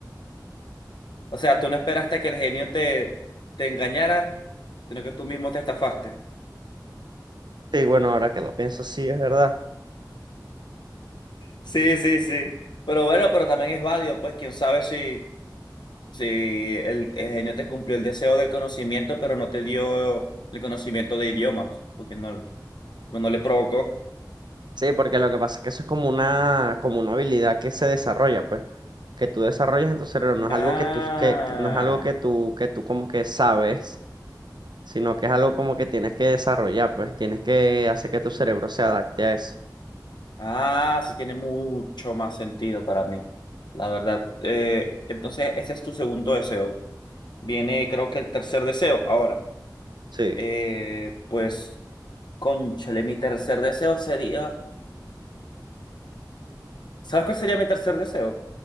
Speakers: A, on the left; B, on the right.
A: O sea, tú no esperaste que el genio te, te engañara, sino que tú mismo te estafaste.
B: Sí, bueno, ahora que lo pienso, sí, es verdad.
A: Sí, sí, sí. Pero bueno, pero también es válido, pues quién sabe si, si el, el genio te cumplió el deseo del conocimiento, pero no te dio el conocimiento de idiomas, porque no, no le provocó.
B: Sí, porque lo que pasa es que eso es como una, como una habilidad que se desarrolla, pues, que tú desarrollas en tu cerebro, no es
A: Ah.
B: algo que tú, que, que no es algo que tú, que tú como que sabes, sino que es algo como que tienes que desarrollar, pues, tienes que hacer que tu cerebro se adapte a eso.
A: Ah, sí tiene mucho más sentido para mí, la verdad. Eh, entonces, ese es tu segundo deseo. Viene, creo que el tercer deseo. Ahora,
B: Sí.
A: eh, pues, cónchale, mi tercer deseo sería... ¿Sabes cuál sería mi tercer deseo?